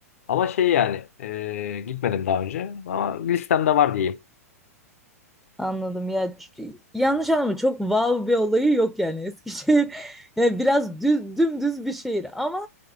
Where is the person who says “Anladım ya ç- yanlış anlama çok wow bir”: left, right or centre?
Centre